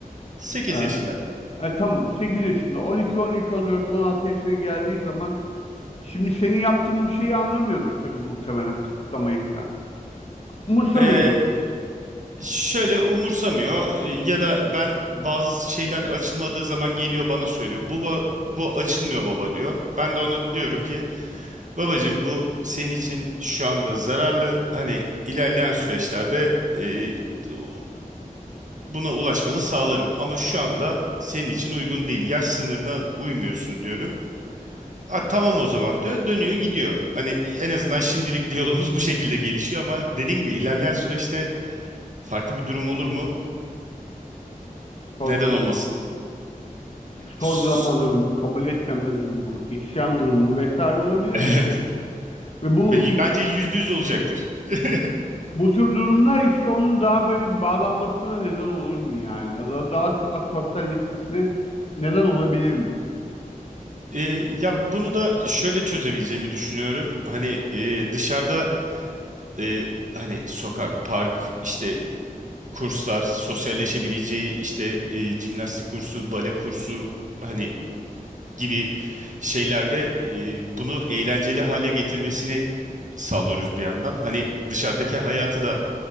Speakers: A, on the right; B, on the left.
A: 8
B: Ee,
A: yaşında.
B: E, tamam 8 yaşında on on iki on üç on dört on altı yaşına geldiği zaman şimdi senin yaptığın bu şeyi anlamıyordur tabii muhtemelen kısıtlamayı falan. Umursamıyordur
A: Ee, şöyle umursamıyor e, ya da ben bazı şeyler açılmadığı zaman geliyor bana söylüyor. Bu ba- bu açılmıyor baba diyor. Ben de ona diyorum ki babacığım bu senin için şu anda zararlı. Hani ilerleyen süreçlerde e, bu- buna ulaşmanı sağlarım ama şu anda senin için uygun değil. Yaş sınırına uymuyorsun diyorum. "A, tamam o zaman diyor. Dönüyor gidiyor. Hani en azından şimdilik <laughs> diyalogumuz bu şekilde gelişiyor ama dediğin gibi ilerleyen süreçte farklı bir durum olur mu?
B: sorgulama,
A: Neden olmasın?
B: sorgulama
A: S-
B: durumu,
A: <laughs>
B: kabul etmeme durumu, isyan durumu vesaire olabilir
A: Evet.
B: mi sence? Ve bu
A: B-
B: iş-
A: Bence yüzde yüz olacaktır. <laughs>
B: bu tür durumlar işte onun daha böyle bir bağlanmasına neden olur mu yani? Daha, daha so- sosyalleşmesine neden olabilir mi?
A: E, ya bunu da şöyle çözebileceğimi düşünüyorum. Hani e, dışarıda e, hani sokak, park, işte kurslar, sosyalleşebileceği işte e, jimnastik kursu, bale kursu, hani
B: Hı,
A: gibi şeylerde e, bunu eğlenceli hale getirmesini sağlıyoruz bir yandan. Hani dışarıdaki hayatı da